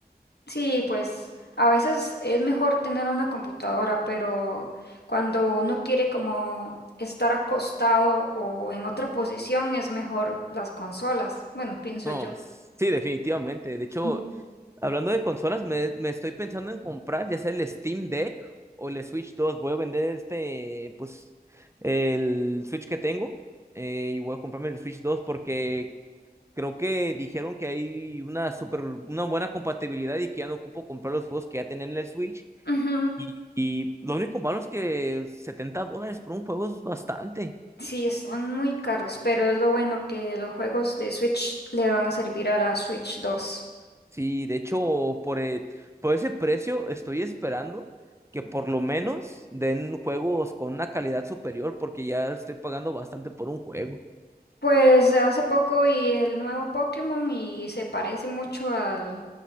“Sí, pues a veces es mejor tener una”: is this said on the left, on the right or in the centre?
Left